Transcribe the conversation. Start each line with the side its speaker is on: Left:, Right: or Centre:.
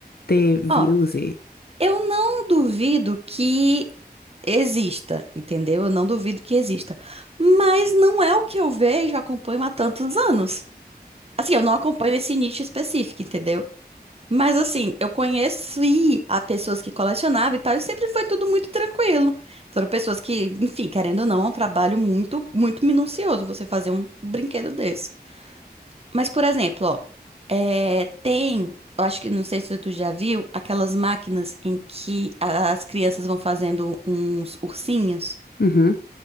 Left: ter views
Right: Ó,
Left: e.
Right: Eu não duvido que exista, entendeu? Eu não duvido que exista. Mas não é o que eu vejo, acompanho há tantos anos. Assim, eu não acompanho esse nicho específico, entendeu? Mas assim, eu conheci a pessoas que colecionavam e tal, e sempre foi tudo muito tranquilo. Foram pessoas que, enfim, querendo ou não, é um trabalho muito, muito minucioso você fazer um brinquedo desse. Mas, por exemplo, ó, é, tem, eu acho que não sei se tu já viu, aquelas máquinas em que a- as crianças vão fazendo uns ursinhos,
Left: Uhum.